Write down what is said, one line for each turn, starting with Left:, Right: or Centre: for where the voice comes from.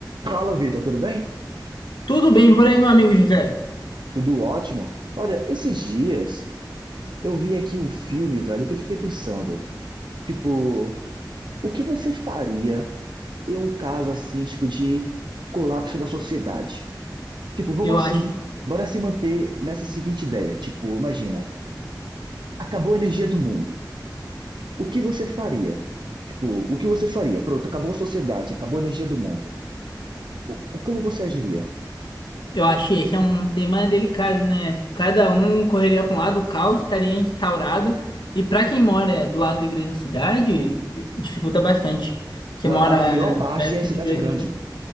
Right: Fala, Vitor, tudo bem?
Left: Tudo bem por aí, meu amigo José.
Right: Tudo ótimo. Olha, esses dias eu vi aqui um filme, velho, que eu fiquei pensando, tipo, o que você faria em um caso assim, tipo, de colapso da sociedade? Tipo, vamos
Left: Eu acho,
Right: assim, Uhum. bora se manter nessa seguinte ideia, tipo, imagina, acabou a energia do mundo. O que você faria? Tipo, o que você faria? Pronto, acabou a sociedade, acabou a energia do mundo. O, o- como você agiria?
Left: eu achei esse é um tema delicado, né? Cada um correria para um lado, o caos estaria instaurado. E para quem mora do lado de grande cidade, dificulta bastante. Quem
Right: Ma-
Left: mora
Right: A pior parte
Left: perto
Right: é a cidade
Left: de grande
Right: grande.
Left: cidade.